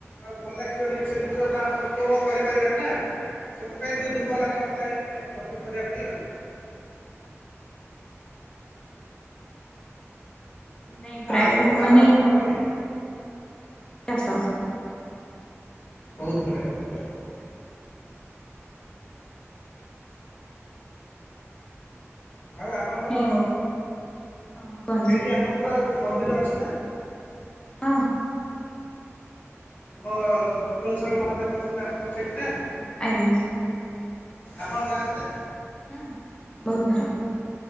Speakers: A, on the left; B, on the left.
A: ଆଉ ଭଲ ଲାଗିବନି ସେ ଜିନିଷଟା ଆମେ ଉପଭୋଗ କରିପାରିବାନି ନା। ସେଥିପାଇଁ ଟିକେ ଦୁଃଖ ଲାଗେ ଅନଲାଇନରେ ସପିଙ୍ଗ କରିବା ପାଇଁ ଆଉ।
B: ନାଇଁ ପ୍ରାୟ
A: ଆଉ ଆପଣଙ୍କ
B: ଲୋକମାନେ
A: ବାବା କଣ କରନ୍ତି
B: ଚାଷ
A: ବହୁତ ବଢ଼ିଆ ବହୁତ ବଆ। ଆଉ ଆପଣଙ୍କର
B: ନାଇଁ ହଁ କୁହନ୍ତୁ
A: ସେଇଠି ଆପଣଙ୍କର ଯୋଉ ମନ୍ଦିର ଅଛ ନା?
B: ହଁ।
A: ଆମର ଧୁବଳେଶ୍ଵର ମହାଦେବ ଅଛନ୍ତି ଆପଣଙ୍କ ସେଇଠି ନା।
B: ଆଜ୍ଞା।
A: ଆପଣ ଯାଆନ୍ତି ନା?
B: ହୁଁ ବହୁତ ଥର।